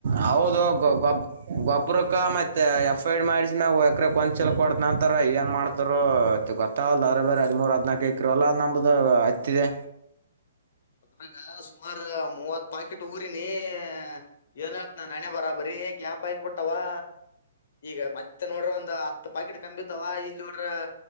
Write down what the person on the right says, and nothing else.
ಹೌದು ಗೊಬ್ ಗೊಬ್ಬ್ರಕ್ಕ ಮತ್ತೆ ಎಫ್ ಐ ಆರ್ ಮಾಡಿಸಿ ನಾವವು ಹ ಕೊಂಚಿಲ್ ಕೊಡದ ನಂತರ ಏನ್ ಮಾಡ್ತರು ಇ ಗೊತ್ತಾಗಲ್ಲ್ಲ ಅ್ರ ಬೇರೆ ಹದಿಮೂರ್ ಹದ್ಲ್ಕ ಇಕರು ಅಲ್ಲ ನಮ್ದು ಅ ಹತಿದೆ